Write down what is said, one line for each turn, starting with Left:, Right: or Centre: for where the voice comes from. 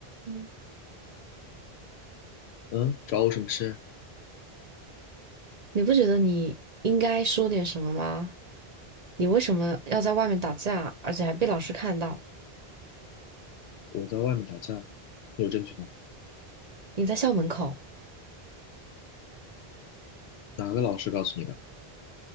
Right: 嗯
Left: 嗯，找我什么事？
Right: 你不觉得你应该说点什么吗？你为什么要在外面打架，而且还被老师看到？
Left: 我在外面打架，你有证据吗？
Right: 你在校门口，
Left: 哪个老师告诉你的？